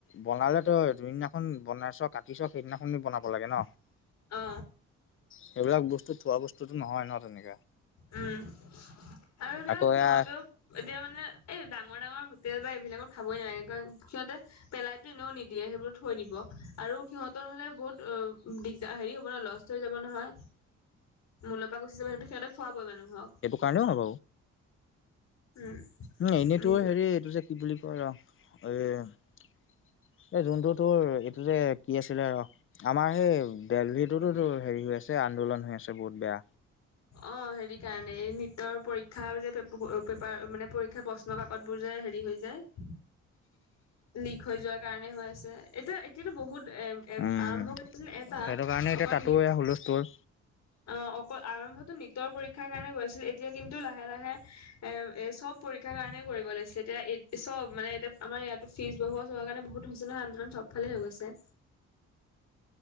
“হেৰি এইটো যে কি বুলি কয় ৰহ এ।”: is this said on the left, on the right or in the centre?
Left